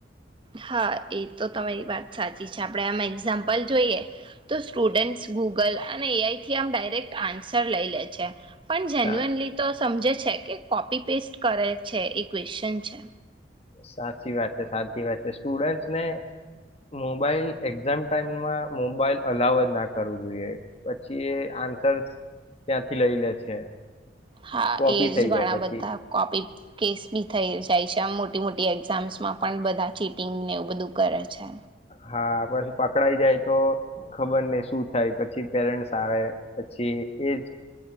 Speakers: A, on the right (about 30°); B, on the left (about 35°).
A: હા એ તો તમારી વાત સાચી છે આપણે આમાં એક્ઝામ્પલ જોઈએ તો સ્ટુડન્ટસ ગૂગલ અને એઆઈથી આમ ડાયરેક્ટ આન્સર લઈ લે છે. પણ જેેન્યુઅનલી
B: સા
A: તો સમજે છે કે કોપી પેસ્ટ કરે છે એ ક્વેશચન છે.
B: સાચી વાત છે સાચી વાત છે સ્ટુડન્ટસને મોબાઈલ એક્ઝામ ટાઈમમાં મોબાઈલ અલાવ જ ના કરવું જોઈએ પછી એ આન્સર્સ ત્યાંથી લઈ લે છે.
A: હા
B: કોપી
A: એજ
B: થઈ
A: ઘણા
B: જાય પછી
A: બધા કોપી કેસ બી થઈ જ જાય છે આમ મોટી મોટી એક્ઝામ્સમાં પણ બધા ચીટિંગને એવું બધું કરે છે.
B: હા પછી પકડાઈ જાય તો ખબર નહ શું થાય પછી પેરેન્ટ્સ આવે પછી એજ